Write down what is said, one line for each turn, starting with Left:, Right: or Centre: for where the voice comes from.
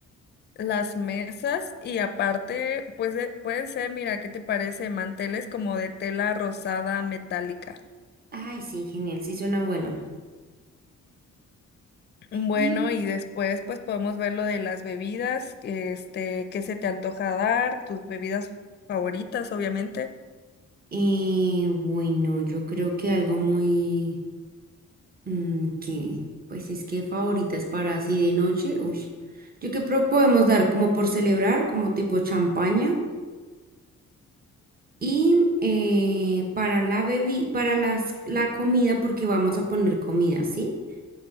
Left: las mesas y aparte, pues de- pueden ser, mira, ¿qué te parece? Manteles como de tela rosada metálica.
Right: Ay, sí, genial, sí suena bueno.
Left: Bueno,
Right: Y
Left: y después pues podemos ver lo de las bebidas, este, qué se te antoja dar, tus bebidas favoritas, obviamente.
Right: eh, bueno, yo creo que algo muy, mm, que, pues es que favoritas para así de noche, uy. Yo creo que podemos dar como por celebrar, como tipo champaña. Y eh, para la bebi- para las, la comida, porque vamos a poner comida, ¿sí?